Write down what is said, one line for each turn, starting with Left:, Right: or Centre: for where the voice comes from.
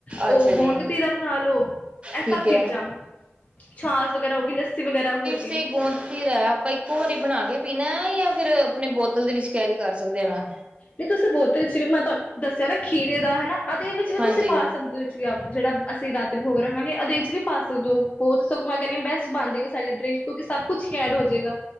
Left: ਉਹ
Right: ਅੱਛਾ ਜੀ,
Left: ਗੋਣ ਕਤੀਰਾ ਬਣਾ ਲਓ ਇਹ
Right: ਠੀਕ
Left: ਸਭ ਚੀਜ਼ਾਂ
Right: ਐ,
Left: ਛਾਸ ਵਗੈਰਾ ਹੋਗੀ ਲੱਸੀ ਵਗੈਰਾ ਹੋ ਗਈ
Right: ੇ ਗੋਂਦਤੀ ਰਹਿ ਆਪਾਂ ਇੱਕੋ ਵਾਰੀ ਬਣਾ ਕੇ ਪੀ ਜਾਂ ਫਿਰ ਆਪਣੇ ਬੋਤਲ ਦੇ ਵਿੱਚ ਕੈਰੀ ਕਰ ਸਕਦੇ ਆ ਨਾ
Left: ਨਹੀਂ ਤੁਸੀਂ ਬੋਤਲ ਜਿਵੇਂ ਮੈਂ ਤੁਹਾਨੂੰ ਦੱਸਿਆ ਨਾ ਖੀਰੇ ਦਾ ਹੇਨਾ ਆਦੇ ਵਿੱਚ ਵੀ
Right: ਹਾਂਜੀ,
Left: ਤੁਸੀਂ ਪਾ ਸਕਦੇ ਹੋ ਜਿਹੜਾ ਅਸੀਂ ਰਾਤੀ ਭੋਗ ਰੱਖਾਂਗੇ ਅਦੇ 'ਚ ਵੀ ਪਾ ਸਕਦੇ ਹੋਤ ਸਗੋਂ ਮੈਂ ਕਹਿੰਦੀ ਹਾਂ ਬੈਸਟ ਬਣ ਜਾਵੇਗੀ ਸਾਡੇ ਡਰਿੰਕ ਕਿਉਂਕਿ ਸਭ ਕੁਛ ਹੀ ਐਡ ਹੋ ਜਾਵੇਗਾ